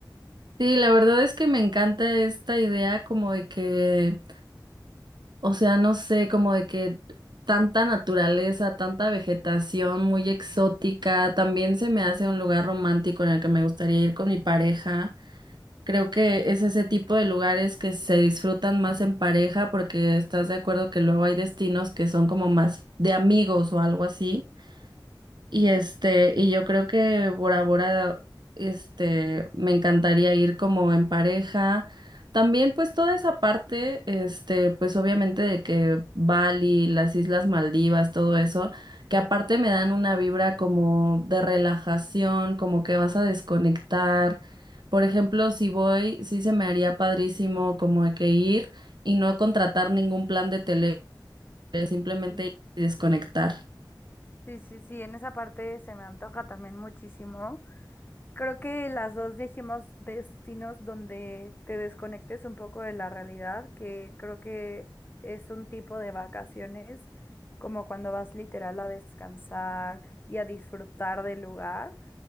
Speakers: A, on the right; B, on the left.
A: Sí, la verdad es que me encanta esta idea como de que O sea, no sé, como de que tanta naturaleza, tanta vegetación muy exótica, también se me hace un lugar romántico en el que me gustaría ir con mi pareja. Creo que es ese tipo de lugares que se disfrutan más en pareja porque estás de acuerdo que luego hay destinos que son como más de amigos o algo así. Y este, y yo creo que Bora Bora, este, me encantaría ir como en pareja. También, pues, toda esa parte, este, pues obviamente de que Bali, las Islas Maldivas, todo eso, que aparte me dan una vibra como de relajación, como que vas a desconectar. Por ejemplo, si voy, sí se me haría padrísimo como de que ir y no contratar ningún plan de tele, simplemente
B: Mm.
A: ir y desconectar.
B: Sí, sí, sí, en esa parte se me antoja también muchísimo. Creo que las dos dijimos destinos donde te desconectes un poco de la realidad, que creo que es un tipo de vacaciones, como cuando vas literal a descansar y a disfrutar del lugar.